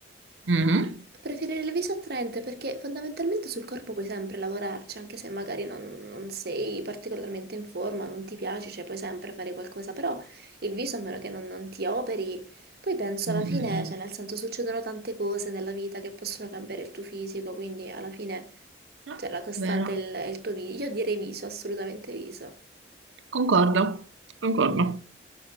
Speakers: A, on the right (about 70°); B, on the right (about 50°).
A: Mhm.
B: Preferire il viso attraente perché fondamentalmente sul corpo puoi sempre lavorarci, anche se magari non, non sei particolarmente in forma, non ti piace, cioè puoi sempre fare qualcosa, però il viso a meno che non, non ti operi, poi penso
A: Mm,
B: alla
A: mm,
B: fine,
A: mm.
B: cioè nel senso succedono tante cose nella vita che possono cambiare il tuo fisico, quindi alla fine
A: No,
B: cioè, la costante
A: Vero.
B: è il, è il tuo viso, io direi viso, assolutamente viso.
A: Concordo. Concordo.